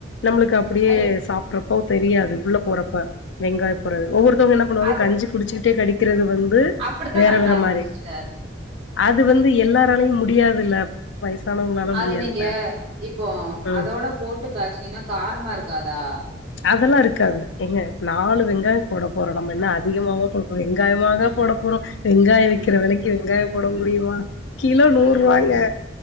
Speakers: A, on the left (about 80°); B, on the right (about 30°).
A: நம்புளுக்கு அப்பிடியே
B: ம் அது
A: சாப்ப றொப்போ தெரியாது உள்ள போறப்ப வெங்காய போறது ஒவ்வொருத்தங்க இன்ன பண்ணுவாங்க
B: அது
A: கஞ்ச குடிச்சிட்டே கடி க்கிறது வந்து
B: அப்டித்தா
A: வேற
B: நல்லா
A: வேற
B: இருக்கு
A: மாரி
B: சிஸ்டர்
A: அது வந்து எல்லாராலயு முடியாதுல்ல வயசானவங்களால
B: அது
A: முடியாதுல்ல
B: நீங்க இப்போ
A: ம்
B: அதோட போட்டு காச்சுனீனா காரமா இருக்காதா
A: அதெல்லா இருக்காது ஏங்க நாலு வெங்காய போட போறோ நம்ம என்ன அதிகமாவ போட போறோ வெங்காயம் காயமாக
B: ம்
A: போட போறோ வெங்காய விக்கிற
B: ம்
A: வெலைக்கு வெங்காய போட முடியுமா கிலோ நூறுவாங்க
B: அது உண்மதா